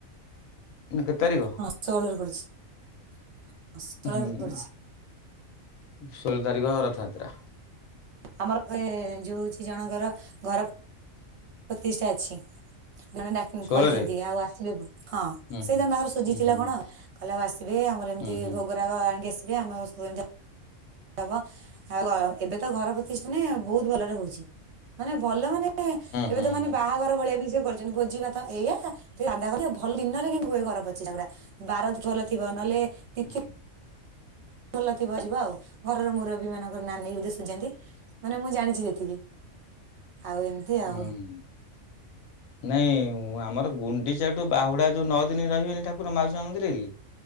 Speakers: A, on the left; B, on the right.
A: ନା କେତେ ତାରିଖ?
B: ହଁ ସୋହଲରେ ପଡିଛି ଷୋହଳରେ
A: ହୁଁ
B: ପଡିଛି।
A: ଷୋହଳ ତାରିଖ ରଥଯାତ୍ରା।
B: ଆମର ଯୋଉଛି ଜଣଙ୍କର ଘର ପ୍ରତିଷ୍ଠା ଅଛି। ଜଣେଡା
A: ଷୋହଳରେ
B: କହିଛନ୍ତି ଆଉ ଆସିବେ ହଁ
A: ହୁଁ
B: ସେଇ
A: ହୁଁ।
B: ଜଣ ତାଙ୍କର ସୁଝି
A: ହୁଁ
B: ଥିଲା
A: ହୁଁ
B: କଣ କହିଲେ ଆଉ ଆସିବେ। ଆସିବେ ଆମର ଏମିତି
A: ହୁଁ ହୁଁ ହୁଁ
B: ଭୋଗରାଗ ଆଣିକି ଆସିବେ ଆମର ସବୁମତି ହବ ଆଉ ଏବେ ତ ଘର ପ୍ରତିଷ୍ଠାନ ବହୁତ ଭଲରେ ହଉଛି ମାନେ ଭ ଭଲ ମାନେ ଏବେ
A: ହୁଁ
B: ତ ମାନେ
A: ହୁଁ
B: ବାହାଘର ଭଳିଆ ବି ସେ କରିଛନ୍ତି ଭୋଜି ବା ତ ଏଇଆ ଭଲ ଦିନରେ କେ ହୁଏ ଘର ପଚି ଗୁଡା ବାର କର ଥିବ ନହେଲେ। ତିଥି
A: ହୁଁ।
B: ଭଲ ଥିବ ଯିବ ଆଉ ଘରର ମୁରବୀ ମାନଙ୍କର ନାନୀ ବୋଧ ସୁଝାନ୍ତି ମାନେ ମୁଁ ଜାଣିଛି ଯେତିକି
A: <inaudible>
B: ଆଉ ଏମିତି
A: ହୁଁ
B: ଆଉ।
A: ହୁଁ। ନାଇଁ ଆମର ଗୁଣ୍ଡିଚାଠୁ ବାହୁଡା ଯୋଉ ନଅ ଦିନ ରହିବେନି ଠାକୁର ମାଉସୀ ମା ମନ୍ଦିରରେ କି